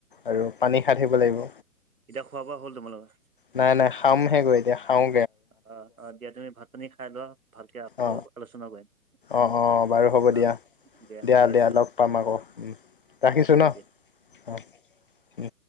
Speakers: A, on the left; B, on the right.
A: আৰু পানী খাই থাকিব লাগিব।
B: এতিয়া খোৱা বোৱা হ'ল তোমালোকৰ?
A: নাই নাই খামহে গৈ এতিয়া খাওঁ
B: অ অ দিয়া তুমি ভাত-পানী খাই লোৱা ভালকে আকৌ
A: অ
B: আলোচনা কৰিম।
A: অ অ বাৰু হ'ব
B: ন
A: দিয়া। দিয়া
B: ঠিক
A: দিয়া
B: আছে
A: লগ পাম আকৌ উম ৰাখিছোঁ
B: হ'ব
A: ন, অ।
B: দিয়া
A: উম।